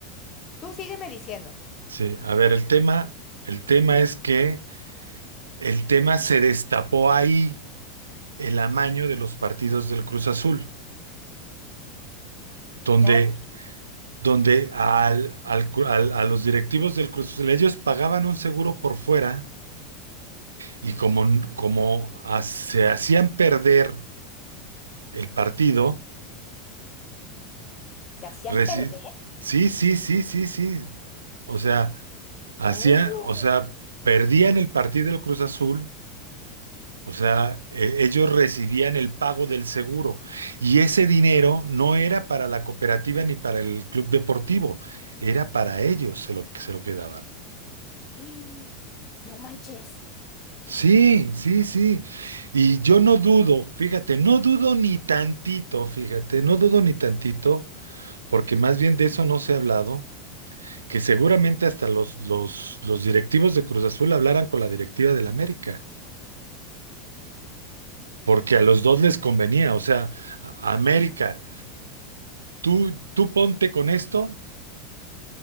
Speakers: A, on the left; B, on the right.
A: Tú sígueme diciendo.
B: Sí, a ver, el tema, el tema es que el tema se destapó ahí el amaño de los partidos del Cruz Azul, donde,
A: Ya ves,
B: donde al, al cru- al- a los directivos del Cruz Azul, ellos pagaban un seguro por fuera y como, como a- se hacían perder el partido,
A: se hacían
B: Resi-
A: perder.
B: sí, sí, sí, sí, sí. O sea, hacía,
A: Oh,
B: o sea, perdían el partido del Cruz Azul, o sea, e- ellos recibían el pago del seguro y ese dinero no era para la cooperativa ni para el club deportivo, era para ellos se lo, se lo quedaban.
A: ¡ih! no manches.
B: Sí, sí, sí. Y yo no dudo, fíjate, no dudo ni tantito, fíjate, no dudo ni tantito, porque más bien de eso no se ha hablado que seguramente hasta los, los, los directivos de Cruz Azul hablaran con la directiva del América, porque a los dos les convenía, o sea, a- América, tú, tú ponte con esto,